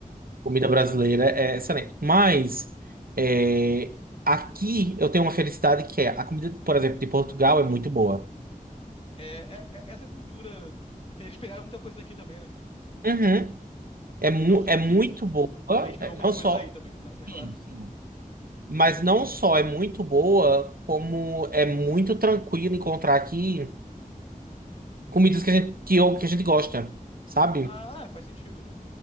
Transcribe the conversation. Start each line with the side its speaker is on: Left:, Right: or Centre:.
Right: comida brasileira é excelente. Mas é, aqui eu tenho uma felicidade que é a comida, por exemplo, de Portugal é muito boa.
Left: É, é- é- essa cultura. Eles pegaram muita coisa daqui também, né?
Right: Uhum. É, mu
Left: Não só
Right: é
Left: daqui,
Right: muito
Left: tipo,
Right: boa,
Left: a gente pegou
Right: é,
Left: muita
Right: não
Left: coisa
Right: só.
Left: daí também, no caso, né,
Right: Sim,
Left: <laughs> claro.
Right: sim. Mas não só é muito boa, como é muito tranquilo encontrar aqui comidas que a gente, que, eu- que a gente gosta, sabe?
Left: Ah, ah, faz sentido, né?